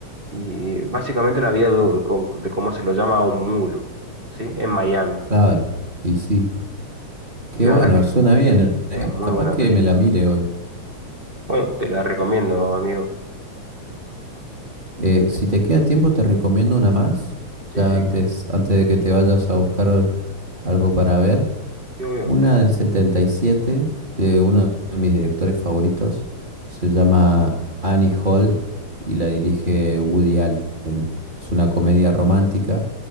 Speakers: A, on the right; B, on the right.
A: y básicamente la vida de, co- de cómo se lo llama a un mulo, ¿sí? En Miami.
B: Claro, y sí. Qué
A: Y la
B: bueno,
A: verdad es que
B: suena bien.
A: eh, es,
B: eh.
A: muy
B: Capaz
A: buena
B: que
A: película.
B: me la mire hoy.
A: Bueno, te la recomiendo, amigo.
B: Eh, si te queda tiempo, te recomiendo una más.
A: Sí,
B: Ya
A: sí,
B: antes, antes de que te vayas a buscar algo para ver.
A: sí, obvio.
B: Una del 77, de uno de mis directores favoritos. Se llama Annie Hall y la dirige Woody Allen. Es una comedia romántica